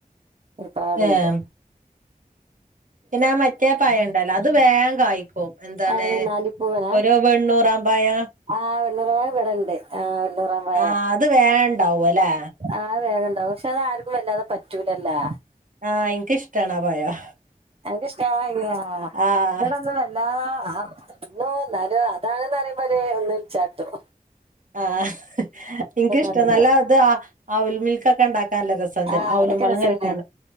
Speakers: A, on the right; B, on the right.
A: ഒരുപാട്ണ്ട്
B: ഏഹ് പിന്നെ മറ്റേ പഴ ഇണ്ടാലോ അത് വേഗം കഴിക്കും എന്താണ്
A: അതായത് നാലിപ്പൂവന
B: ഒരു വെണ്ണൂറ ബായാ
A: ആ വെണ്ണൂറാംപഴം ഇവിടണ്ട് ആ വെണ്ണൂറാമ്പഴം
B: ആഹ് അത് വേഗം ഇണ്ടാവും അല്ലേ
A: ആ വേഗൻ ൻന്തവും പക്ഷെ അത് ആർക്കും വല്ലാതെ പറ്റൂലല്ലാ
B: ആഎനക്ക് ഇഷ്ടണാ പയം
A: അന്ക്ക് ഇഷ്ടയാ ഇവിടൊന്നും
B: ആഹ്
A: വല്ലതാ തിന്നൂംഎന്നാലും അതാണെന്ന് അറിയുമ്പൊഒര് ഒന്ന് ഇളിച്ചു കാട്ടും
B: ആഹ് ഇനിക്ക് ഇഷ്ടം
A: പറയുമ്പോ
B: നല്ല അത് ആ ആവിൽ മിൽക്കൊക്കെ ഇണ്ടാക്കാൻ നല്ല രസ ചൽ
A: ആഹ്
B: അവലും
A: അതൊക്കെ
B: വളളം
A: രസാണ്
B: കലക്കാ